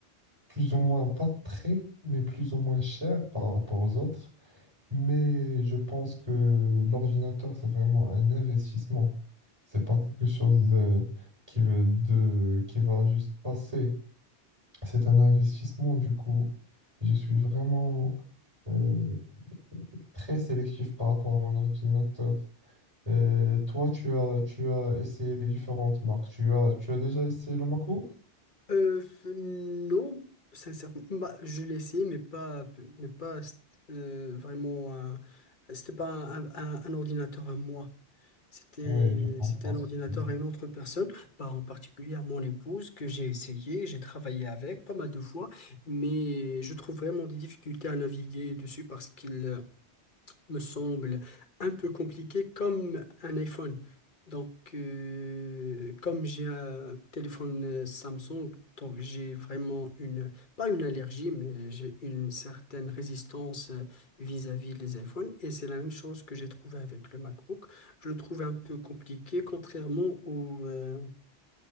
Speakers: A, on the right; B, on the left.
A: plus ou moins, pas très, mais plus ou moins cher par rapport aux autres. Mais je pense que l'ordinateur, c'est vraiment un investissement. C'est pas quelque chose euh, qui veut de, qui va juste passer. C'est un investissement, du coup. Je suis vraiment euh, très sélectif par rapport à mon ordinateur. Euh, toi, tu as, tu as essayé les différentes marques. Tu as, tu as déjà essayé le MacBook?
B: Euh, non, sincèrement, bah, je l'ai essayé, mais pas, mais pas euh, vraiment. un- C'était pas un, un- un ordinateur à moi. C'était,
A: Oui, je comprends
B: c'était un
A: ce
B: ordinateur
A: que tu dis.
B: à une autre personne, pas en particulier à mon épouse, que j'ai essayé, j'ai travaillé avec pas mal de fois, mais je trouve vraiment des difficultés à naviguer dessus parce qu'il, euh, me semble un peu compliqué comme un iPhone. Donc, euh, comme j'ai un téléphone euh, Samsung, donc j'ai vraiment une, pas une allergie, mais j'ai une certaine résistance euh, vis-à-vis des iPhones. Et c'est la même chose que j'ai trouvé avec le MacBook. Je le trouve un peu compliqué, contrairement au, euh,